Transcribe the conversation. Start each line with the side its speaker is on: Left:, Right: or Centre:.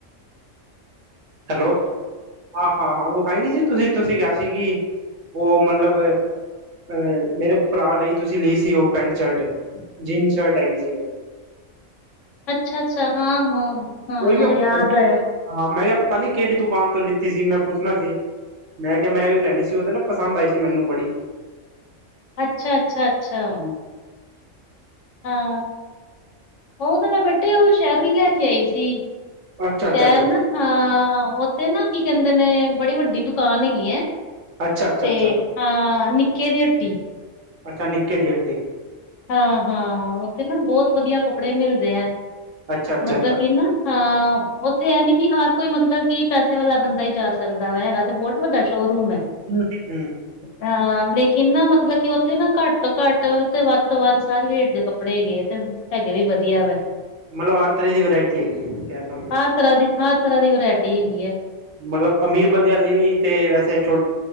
Right: ਹੈਲੋ, ਆਹ ਹਾਂ-ਹਾਂ, ਉਹ ਵਖਾਈ ਨੀ ਸੀ ਤੁਸੀਂ, ਤੁਸੀਂ ਕੇਆ ਸੀ ਕਿ ਵੋ ਮਤਲਬ ਅਹ, ਮੇਰੇ ਭਰਾ ਲਈ ਤੁਸੀਂ ਲਈ ਸੀ ਉਹ ਪੈਂਟ- ਸ਼ਰਟ, ਜੀਨ ਸ਼ਰਟ ਹੈਗੀ ਸੀ ਉਹ।
Left: ਅੱਛਾ-ਅੱਛਾ, ਹਾਂ, ਹੂੰ। ਹਾਂ-ਹਾਂ
Right: ਉਹੀ ਮੈਂ
Left: ਯਾਦ ਆਇਆ।
Right: ਹਾਂ, ਮੈਂ ਕੇਹਾ, ਪਤਾ ਨੀ ਕੇੜੀ ਦੁਕਾਨ ਤੋਂ ਲਿੱਤੀ ਸੀ, ਮੈਂ ਪੁੱਛਨਾ ਸੀ। ਮੈਂ ਕੇਆ, ਮੈਂ ਵੀ ਲੈਨੀ ਸੀ। ਓਦੇ ਨਾ ਪਸੰਦ ਆਈ ਸੀ ਮੈਨੂੰ ਬੜੀ।
Left: ਅੱਛਾ- ਅੱਛਾ, ਅੱਛਾ।
Right: ਹੂੰ।
Left: ਹਾਂ, ਉਹ 'ਤੇ ਮੈਂ ਬੈਟੇ ਉਹ ਸ਼ਹਿਰੋਂ ਈ ਲੈ ਕੇ ਆਈ ਸੀ‌।
Right: ਅੱਛਾ ਅੱਛਾ
Left: ਸ਼ਹਿਰ
Right: ਅੱਛਾ ਅੱਛਾ
Left: ਨਾ, ਹਾਂ ਉੱਥੇ ਨਾ ਕੀ ਕੈਂਦੇ ਨੇ, ਬੜੀ ਵੱਡੀ ਦੁਕਾਨ ਹੈਗੀ ਏ।
Right: ਅੱਛਾ ਅੱਛਾ
Left: 'ਤੇ
Right: ਅੱਛਾ
Left: ਹਾਂ, ਨਿੱਕੇ ਦੀ ਹੱਟੀ।
Right: ਅੱਛਾ, ਨਿੱਕੇ ਦੀ ਹੱਟੀ।
Left: ਹਾਂ-ਹਾਂ, ਉੱਥੇ ਨਾ ਬੋਤ ਵਦੀਆਂ ਕੱਪੜੇ ਮਿਲਦੇ ਐ,
Right: ਅੱਛਾ ਅੱਛਾ
Left: ਮਤਲਬ
Right: ਅੱਛਾ
Left: ਕੀ ਨਾ ਹਾਂ, ਓੱਥੇ ਐਹ ਨੀ ਕਿ ਹਰ ਕੋਈ ਮਤਲਬ ਕਿ ਪੈਸੇ ਵਾਲਾ ਬੰਦਾ ਈ ਜਾ ਸਕਦਾ ਵਾ ਹੈਗਾ 'ਤੇ ਬੋਟ। ਵੱਡਾ ਸ਼ੋ ਰੂਮ ਐ।
Right: ਹੂੰ, ਊ।
Left: ਹਾਂ, ਲੇਕਿਨ ਨਾ ਮਤਲਬ ਕਿ ਉੱਥੇ ਨਾ ਘੱਟ ਤੋਂ ਘੱਟ ਤੇ ਵੱਦ ਵੱਧ ਤੋਂ ਵੱਧ ਸਾਰੇ ਰੇਟ ਦੇ ਕੱਪੜੇ ਹੈਗੇ ਆ, 'ਤੇ ਹੈਗੇ ਵੀ ਵਦੀਆਂ ਵੈ।
Right: ਮਤਲਬ ਹਰ ਤਰ੍ਹਾਂ ਦੀ ਵਰਾਇਟੀ ਹੈਗੀ ਐ, ਕੈਂਨ ਦਾ ਮਤਲਬ।
Left: ਹਰ ਤਰ੍ਹਾਂ ਦੀ, ਹਰ ਤਰ੍ਹਾਂ ਦੀ ਵਰਾਇਟੀ ਹੈਗੀ ਐ।
Right: ਮਤਲਬ, ਅਮੀਰ ਬੰਦਿਆਂ ਵੀ ਤੇ ਵੈਸੇ ਛੋਟ,